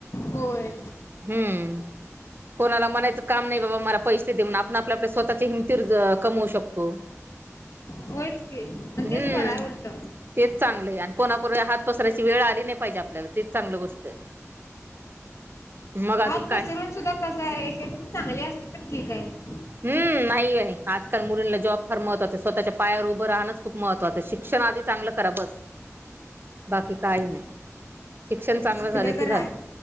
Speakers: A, on the left; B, on the right.
A: होय
B: हम्म कोणाला म्हणायचं काम नाही बाबा मला पैसे देऊन आपण आपल्या आपल्या स्वतःचे हिमतीवर कमवू शकतो
A: होयच की आणि
B: हम्म
A: तेच बरं आहे उलट
B: तेच चांगलं आहे आणि कोणापुढे हात पसरायची वेळ आली नाही पाहिजे आपल्याला तेच चांगलं गोष्ट आहे मग अजून
A: हात
B: काय
A: पसरून सुद्धा कसा आहे एक एक चांगले असतील तर ठीक आहे
B: हम्म नाही आणि आजकाल मुलींला जॉब फार महत्त्वाच आहे स्वतःच्या पायावर उभं राहणच खूप महत्त्वाचं शिक्षण आधी चांगलं करा बस बाकी काही नाही शिक्षण चांगलं
A: शिकलं
B: झालं
A: तर
B: की झालं
A: आहे